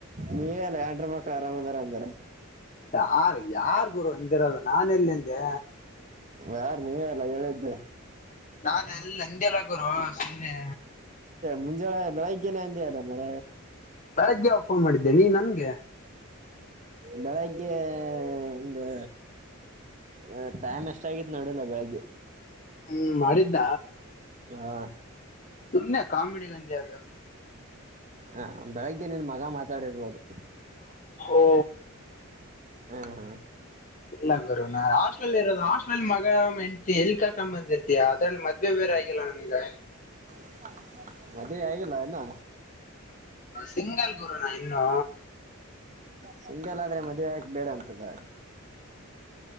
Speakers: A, on the right; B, on the left.
A: ನೀಲ್ಲ ಯಡ್ರ ಮಕ್ಳು ಅರಾಮದಾರ ಅಂದಾರ
B: ಯಾರ ಯಾರ್ ಗುರು ಎಂದಿರೋದು ನಾನ ಎಲ್ಲೆಂದೆ
A: ಯಾರು ನೀವ ಎಲ್ಲ ಹೇಳಿದ್ದೆ
B: ನಾ ಎಲ್ಲಿ ಅಂದಲ್ಲ ಗರು ಸುಮ್ಮನೆ
A: ಮುಂಜಳೆ ಬೆಳಗ್ಗೆನೆ ಹಂದಿ ಅಲ್ಲ ಮ್ರ
B: ಬೆಳಗ್ಗೆ ಆಫರ್ ಮಾಡಿದ್ದೇನೆ ನನ್ಗೆ
A: ಬೆಳಗ್ಗೆ ಒಂದು ಹ ಟೈಮ್ ಎಷ್ಟ ಆಗಿತ್ ನೋಡಲ್ಲ ಬೆಳಗ್ಗೆ
B: ಹ್ಮ್ ಮಾಡಿದ್ದ
A: ಹಾ
B: ಸುಮ್ಮನೆ ಕಾಮೆಡಿ ಗಂದದು
A: ಹ ಬೆಳಗ್ಗೆ ನಿನ್ ಮಗ ಮಾತಾಡಿರ್ಬೋದು
B: ಓ
A: ಹಾ ಹಾ
B: ಇಲ್ಲ ಗುರು ನಾ ಹಾಸ್ಟೆಲ್ ಇರೋದು ಹಾಸ್ಟೆಲ್ ಮಗ ಹೆಂಡ ಎಲ್ಲಿ ಕಾಕೊಂಡ್ ಬಂದಿರ್ತಾ ಅದ್ರಲ್ಲಿ ಮದ್ವೆ ಬೇರೆ ಆಲ್ಲ ಅಗೆ
A: ಹ ಮದೇ ಆಗಿಲ್ಲ ನಾ
B: ತಿಂಗಳ ಗೂರು ನಾ ಇನ್ನುೂ
A: ಸಿಂಗಲ್ ಆದ್ರೆ ಮದುವೆಕ ಬೇಡ ಅಂತದ್ರೀ